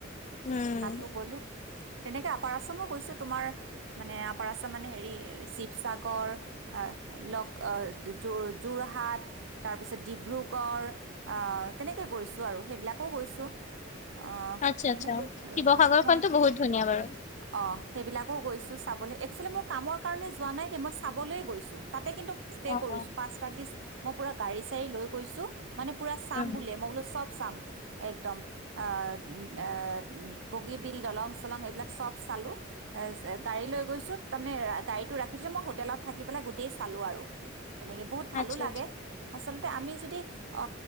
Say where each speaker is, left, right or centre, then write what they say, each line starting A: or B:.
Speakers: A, on the left (about 35°); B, on the right (about 65°).
A: উম
B: তাতো গলোঁ, তেনেকে আপাৰ আছামো গৈছোঁ, তোমাৰ মানে কৰা চ মানে হেৰি চি শিৱসাগৰ, লক অ যোৰহাট তাৰপিছত ডিব্ৰুগড় তেনেকে গৈছো আৰু সেইবিলাকো গৈছো। আহ
A: আচ্ছা
B: তেনেকে
A: আচ্ছা শিৱসাগৰখনতো
B: আৰু মই
A: বহুত ধুনীয়া বাৰু।
B: অ সেইবিলাকো গৈছোঁ চাবলৈ, এক্সুৱেলি মোৰ কামৰ কাৰণে যোৱা নাই দেই, মই চাবলৈ গৈছোঁ, তাতে কিন্তু ষ্টে
A: অ
B: কৰিছোঁ,
A: অ
B: পাঁচ ৰাতি। মই পুৰা গাড়ী চাড়ী লৈ গৈছোঁ। মানে পুৰা চাম
A: উম
B: বুলে মই বোলো চব চাম। একদম আহ এ বগী বিল দলং চলং এইবিলাক চব চালো এ গাড়ী লৈ গৈছোঁ। তাৰমানে গাড়ীতটো ৰাখিছোঁ মই হোটেলত থাকি পেলাই গোটেই চালো আৰু। তেনেকে বহুত ভালো
A: আচ্ছা
B: লাগে
A: আচ্ছা
B: আচলতে আমি যদি অ